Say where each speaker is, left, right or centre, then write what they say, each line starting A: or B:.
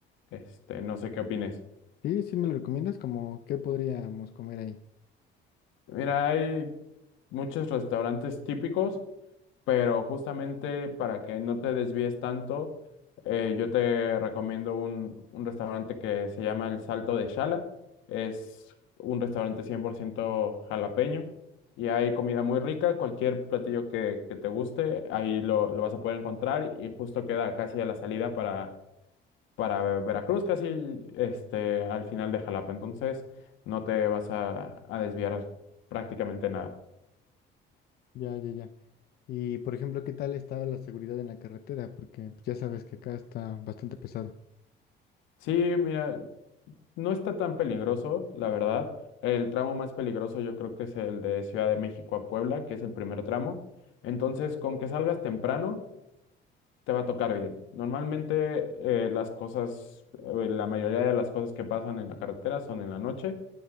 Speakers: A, on the left (about 75°); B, on the left (about 50°).
A: Este, no sé qué opines.
B: Sí, sí me lo recomiendas, como qué podríamos comer ahí.
A: Mira, hay muchos restaurantes típicos, pero justamente para que no te desvíes tanto, eh, yo te recomiendo un, un restaurante que se llama El Salto de Chala. Es un restaurante 100% jalapeño y hay comida muy rica. Cualquier platillo que, que te guste, ahí lo, lo vas a poder encontrar y justo queda casi a la salida para para Veracruz, casi este, al final de Jalapa. Entonces, no te vas a, a desviar prácticamente nada.
B: Ya, ya, ya. Y por ejemplo, ¿qué tal está la seguridad en la carretera? Porque pues, ya sabes que acá está bastante pesado.
A: Sí, mira, no está tan peligroso, la verdad. El tramo más peligroso yo creo que es el de Ciudad de México a Puebla, que es el primer tramo. Entonces, con que salgas temprano. te va a tocar bien. Normalmente eh, las cosas, eh, la mayoría de las cosas que pasan en la carretera son en la noche,